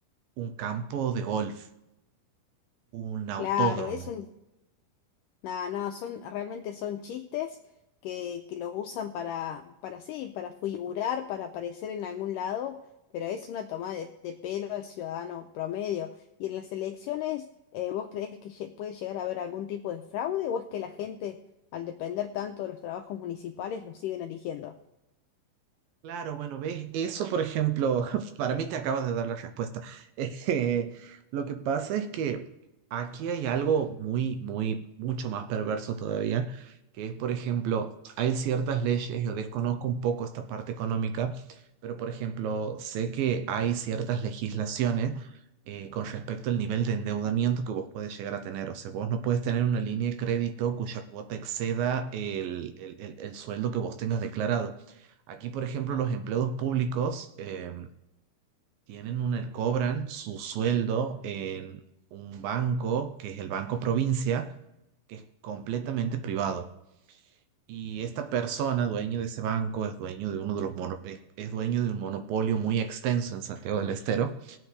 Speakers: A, on the right; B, on the left.
A: un campo de golf, un
B: Claro,
A: autódromo,
B: es un No, no, son, realmente son chistes que, que los usan para, para sí, para figurar, para aparecer en algún lado, pero es una toma de, de pelo al ciudadano promedio. ¿Y en las elecciones, eh, vos creés que lle- puede llegar a haber algún tipo de fraude o es que la gente, al depender tanto de los trabajos municipales, los siguen eligiendo?
A: Claro, bueno, ves, eso por ejemplo, <laughs> para mí te acabas de dar la respuesta. <laughs> Eh, lo que pasa es que aquí hay algo muy, muy, mucho más perverso todavía, que es, por ejemplo, hay ciertas leyes, yo desconozco un poco esta parte económica, pero por ejemplo, sé que hay ciertas legislaciones eh, con respecto al nivel de endeudamiento que vos puedes llegar a tener. O sea, vos no puedes tener una línea de crédito cuya cuota exceda el el- el- el sueldo que vos tengas declarado. Aquí, por ejemplo, los empleados públicos eh, tienen una, cobran su sueldo en un banco, que es el Banco Provincia, que es completamente privado. Y esta persona, dueño de ese banco, es dueño de uno de los mono- es es dueño de un monopolio muy extenso en Santiago del Estero